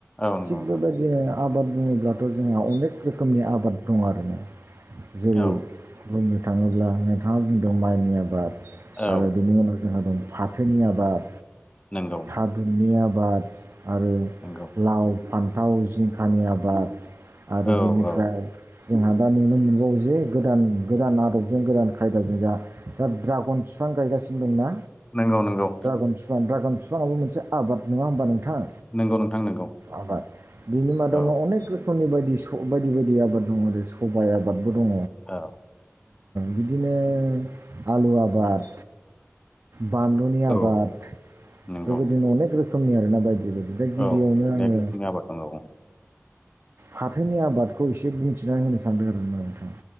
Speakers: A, on the left; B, on the right.
A: औ नंगौ
B: थिग
A: नोंथां
B: बेबायदिनो आबाद बुङोब्लाथ' जोंहा अनेक रोखोमनि आबाद दं आरोना जेरै
A: औ
B: बुंनो थाङोब्ला नोंथाङा बुंदों माइनि आबाद
A: औ
B: आरो बेनि उनाव जोंहा दं फाथोनि आबाद
A: नंगौ
B: थादुननि आबाद आबाद आरो
A: नंगौ
B: लाव फान्थाव जिंखानि आबाद आरो
A: औ
B: बिनिफ्राय
A: औ
B: जोंहा दा नुनो मोनबावो जे गोदान गोदान आदबजों गोदान खायदा जोंजा ड्रागन फिफां गायगासिनो ना
A: नंगौ नंगौ
B: ड्रागग बिफां ड्रागन बिफांआबो मोनसे आबाद नङा होमबा नो थां
A: नंगौ नोंथां नंगौ
B: आबाद बिनि मादावनो
A: औ
B: अनेक रोखोम नि बायदि बायदि बायदि आबाद दङ आरो सबाइ आबादबो दङ
A: औ
B: बिदिनो आलु आबाद बानलुनि आबाद
A: औ नंगौ
B: बेबायदिनो अनेक रोखोमनि आरोना बायदि जेबायदि दा गिबियावनो
A: औ अनेक
B: आङो
A: रोखोमनि आबाद दङ औ
B: फाथोनि आबादखौ एसे बुंथिनानै होनो सानदों आरो ना नोंथां